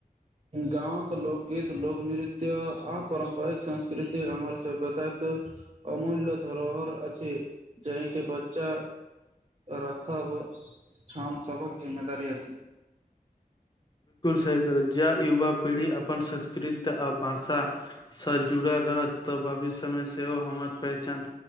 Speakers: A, on the right; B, on the left.
A: गाँव के लोकगीत लोकनृत्य आ पारंपरिक संस्कृति हमार सभ्यता एक अमूल्य धरोहर अछि जाहि के बच्चा रखब हम सभक जिम्मेदारी अछि
B: ज युवा पीढ़ी अपन संस्कृत आ भाषा सँ जुड़ल रहत तऽ भविष्यमे सेहो हमर पहचान